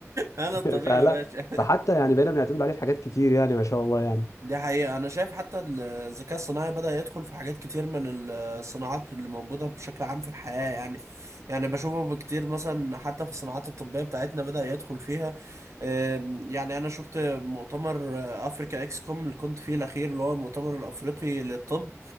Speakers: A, on the right; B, on the left.
A: انا
B: <laughs>
A: الطبيب
B: فلا
A: يا باشا
B: فحتى يعني بقينا بنعتمد عليه في حاجات كتير يعني ما شاء الله يعني
A: دي حقيقة انا شايف حتى الذكاء الصناعي بدأ يدخل في حاجات كتير من الصناعات اللي موجودة بشكل عام في الحياة يعني يعني بشوفه بكتير مثلا حتى في الصناعات الطبية بتاعتنا بدأ يدخل فيها أم، يعني انا شفت مؤتمر آه، افريكا اكس كوم اللي كنت فيه الاخير اللي هو المؤتمر الافريقي للطب